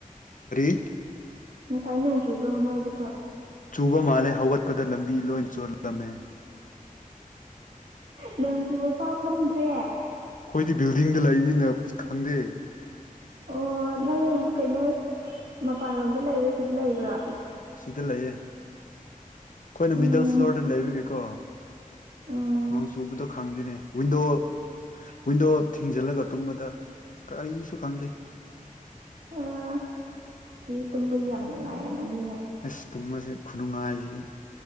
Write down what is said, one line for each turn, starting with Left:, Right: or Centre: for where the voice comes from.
Left: ꯐꯔꯤ
Right: ꯁꯥꯏꯅꯣꯡ ꯆꯨꯕ꯭ꯔꯣꯅꯣ ꯑꯣꯏꯗꯁꯨꯣ
Left: ꯆꯨꯕ ꯃꯥꯜꯂꯦ ꯍꯧꯒꯠꯄꯗ ꯂꯝꯕꯤ ꯂꯣꯏ ꯆꯣꯜꯂꯝꯃꯦ
Right: ꯅꯪꯁꯨꯕ ꯄꯥꯎ ꯈꯪꯗ꯭ꯔꯦ
Left: ꯑꯩꯈꯣꯏꯗꯤ ꯕꯤꯜꯗꯤꯡꯗ ꯂꯩꯕꯅꯤꯅ ꯈꯪꯗꯦ
Right: ꯑꯣ ꯅꯪ ꯀꯩꯅꯣ ꯃꯄꯥꯟꯂꯣꯝꯗ ꯂꯩꯕ꯭ꯔꯥ ꯁꯤꯗ ꯂꯩꯕ꯭ꯔꯥ
Left: ꯁꯤꯗ ꯂꯩꯌꯦ ꯑꯩꯈꯣꯏꯅ
Right: ꯎꯝ
Left: ꯃꯤꯗꯜ ꯐ꯭ꯂꯣꯔꯗ ꯂꯩꯕꯒꯦꯀꯣ
Right: ꯎꯝ
Left: ꯅꯣꯡ ꯆꯨꯕꯗꯣ ꯈꯪꯗꯣꯏꯅꯦ ꯍꯗ ꯋꯤꯟꯗꯣ ꯊꯤꯡꯖꯤꯜꯂꯒ ꯇꯨꯝꯕꯗ ꯀꯔꯤꯁꯨ ꯈꯪꯗꯦ
Right: ꯑ ꯑꯗꯨꯗꯤ ꯇꯨꯝꯕꯩ ꯌꯥꯝ ꯅꯨꯡꯉꯥꯏꯔꯝꯃꯅꯤꯅꯦ
Left: ꯑꯁ ꯇꯨꯝꯃꯁꯦ ꯈꯨꯅꯨꯡꯉꯥꯏꯁꯤꯗꯤ